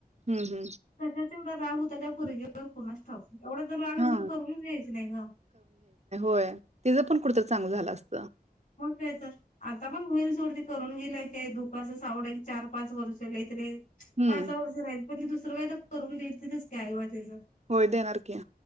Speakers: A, on the right; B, on the left.
A: हम्म
B: कशाचा एवढा राग होता त्या पोरगीवर कोणास ठाऊक? एवढं तर राग
A: हा
B: अस तर करूनच घ्यायच नाय ग
A: काय तेज पण कुठ तर चांगल झालं असत.
B: तेतर आता पण होईल सोड ती करून गेल्याय काय दुख असं सावड चार पाच वर्ष लय तिले
A: हम्म
B: पाचसहा वर्ष राहील पण त दुसरं काय तर करून देतीलच की आईबा तीच
A: होय देणार की